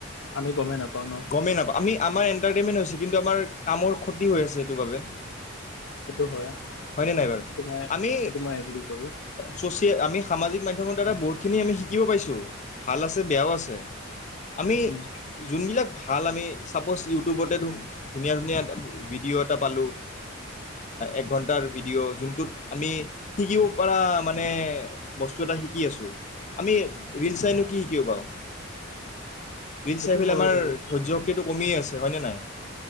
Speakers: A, on the left (about 80°); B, on the left (about 35°).
A: আমি গমেই নাপাওঁ ন
B: গমেই নাপায় আমি আমাৰ এন ইটাৰটেইনমেণ্ট হৈছে কিন্তু আমাৰ কামৰ ক্ষতি হৈ আছে সেইটো বাবে
A: সেইটো হয়
B: হয়নে নাই বাৰু
A: সেইটো মই
B: আমি
A: সেইটো মই এগ্ৰী কৰোঁ
B: চচিয়েল আমি সামাজিক মাধ্যমত দাদা বুটখিনি আমি শিকিব পাইছোঁ ভাল আছে বেয়াও আছে আমি
A: উম,
B: যোনবিলাক ভাল আমি চাপ'জ ইউটিউবতে ধুনীয়া-ধুনীয়া ভিডিঅ' এটা পালোঁ একঘণ্টাৰ ভিডিঅ' যোনটোত আমি শিকিব পৰা মানে বস্তু এটা শিকি আছোঁ। আমি ৰিল চাইনো কি শিকিব বাৰু? ৰিল
A: সেইটো
B: চাইফালে
A: হয়
B: আমাৰ
A: বাৰু
B: ধৈ্য শক্তিটো কমেই আছে। অন্য নাই।